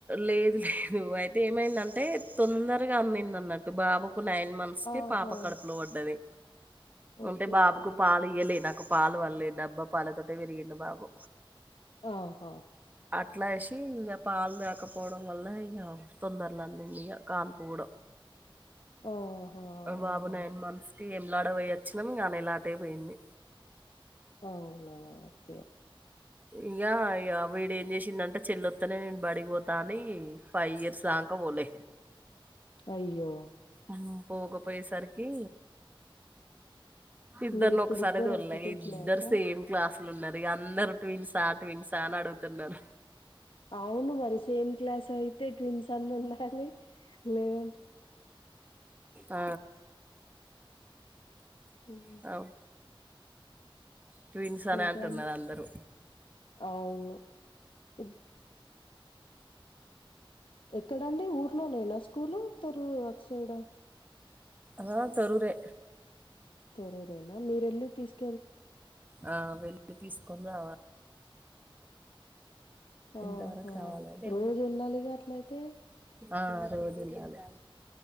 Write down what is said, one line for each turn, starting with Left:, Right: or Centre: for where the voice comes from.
Right: లేదు లేదు అయితే ఏమైందంటే తొందరగా అందింది అన్నట్టు బాబుకు నైన్ మంత్ న్స్ కే
Left: ఆహా!
Right: పాప కడుపులో పడ్డది
Left: ఓకే.
Right: అంటే బాబుకు పాలు ఇయ్యలే నాకు పాలు వళ్లే డబ్బా పాలతోటే పెరిగిండు బాబు
Left: ఆహా
Right: అట్లా వేసి ఇంకా పాలు లేకపోవడం వల్ల ఇక తొందరల అందిదిగ కాన్పు కూడ
Left: ఆహా! అవునా!
Right: అ బాబు నైన్ మంత్స్ టీ ఏం లాడ పోయ వచ్చినాం గా నేల అటేపోయింది
Left: అవునా ఓకే
Right: ఇగా వీడేం చేసిందంటే చెల్లొస్తలేదేంటి నేను బడిపోతా అని పై ఇయర్స్ దాకా పోలే
Left: అయ్యో
Right: ఆ పోకపోయే సరికి ఇద్దరుని
Left: ఇంగిప్పుడిద్దరు
Right: ఒకసారే దోల్నా
Left: ఒక్కటే
Right: ఇద్దరు
Left: క్లాసా?
Right: సేమ్ క్లాసులు ఉన్నారు ఇక అందరు ట్విన్సా ట్విన్సా అని అడుగుతున్నారు
Left: అవును మరి సేమ్ క్లాస్ అయితే ట్విన్స్ అన్ని ఉండాలి లేద
Right: ఆ
Left: ఉమ్
Right: ఆ ట్వీన్స్ అనే
Left: ఇంకా
Right: అంటున్నారు
Left: అండి?
Right: అందరూ
Left: అవును ఇద్ ఎక్కడండి ఊర్లోనేనా స్కూల్ తరు అట్ సైడ్ ఆ
Right: అా తరురే
Left: తొరూరేనా మీరేల్లి తీసుకు
Right: ఆ వెళ్ళి తీసుకుని రావాలి
Left: ఆహా
Right: ఎంతవరకు రావాలండి
Left: రోజు వెళ్ళాలిగా అట్లయితే
Right: ఆ రోజెల్లాలి